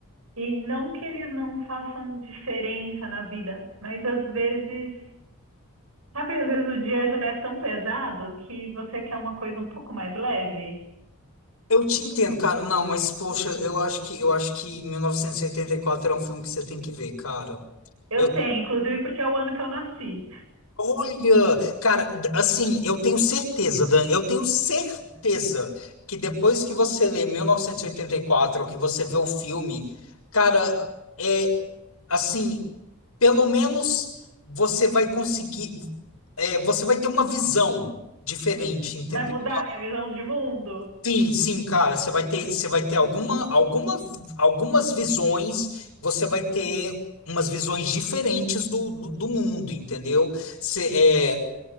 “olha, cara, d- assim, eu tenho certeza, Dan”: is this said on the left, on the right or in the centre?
Left